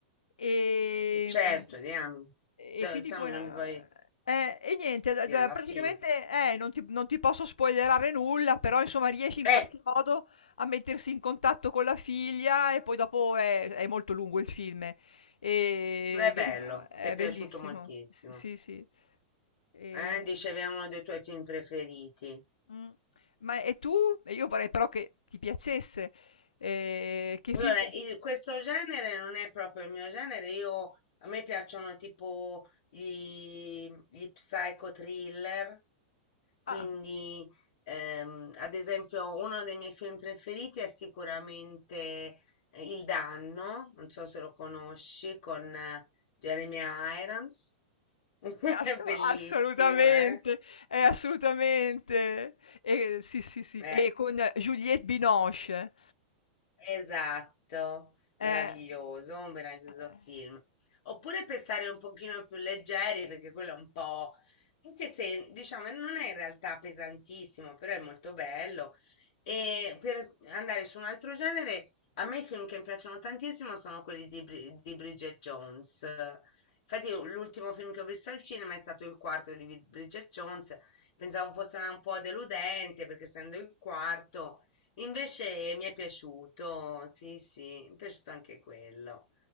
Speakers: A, on the left; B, on the left.
A: Ehm
B: Sì. Certo, diamine. Se-
A: e quindi
B: Insomma,
A: poi
B: non
A: a
B: mi vuoi
A: eh, e niente, d
B: dire
A: d
B: la
A: praticamente,
B: fine.
A: eh, non ti non ti posso spoilerare nulla, però insomma riesce in
B: Eh,
A: qualche modo a mettersi in contatto con la figlia e poi dopo è è molto lungo il film, ehm,
B: però è
A: viene
B: bello,
A: fa è
B: ti è piaciuto
A: bellissimo.
B: moltissimo.
A: S sì, sì. Ehm,
B: Eh, dicevi è uno dei tuoi film preferiti.
A: mh, ma e tu? E io vorrei però che ti piacesse, ehm, che film
B: Allora,
A: pote
B: il- questo genere non è proprio il mio genere. Io, a me piacciono tipo gli, gli psycho thriller Quindi,
A: ah.
B: ehm, ad esempio, uno dei miei film preferiti è sicuramente eh, Il Danno, non so se lo conosci, con eh, Jeremy Irons. <laughs>
A: Eh, asco
B: È bellissimo,
A: assolutamente,
B: eh?
A: eh, assolutamente. E sì, sì, sì,
B: Eh,
A: e con Juliette Binoche.
B: Esatto,
A: Eh,
B: meraviglioso, un meraviglioso
A: eh.
B: film. Oppure per stare un pochino più leggeri, perché quello è un po', anche se diciamo non è in realtà pesantissimo, però è molto bello. E per s- andare su un altro genere, a me i film che mi piacciono tantissimo sono quelli di, Bri- di Bridget Jones. Infatti io l'ultimo film che ho visto al cinema è stato il quarto di Bridget Jones. Pensavo fosse una- un po' deludente, perché essendo il quarto... Invece mi è piaciuto, sì, sì, mi è piaciuto anche quello.